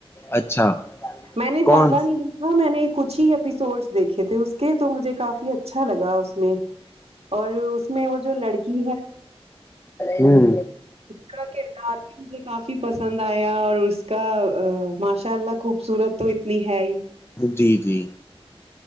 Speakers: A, on the left (about 25°); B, on the right (about 75°).
A: اچھا
B: میں نے زیادہ
A: کون
B: نہیں ہاں میں نے کچھ ہی ایپیسوڈس دیکھے تھے اس کے تو مجھے کافی اچھا لگا اس میں اور اس میں وہ جو لڑکی ہے
A: ہوں
B: کاکےتاا مجھے کافی پسند آیا اور اس کا ماشاء اللہ خوبصورت تو اتنی ہے ہی
A: جی جی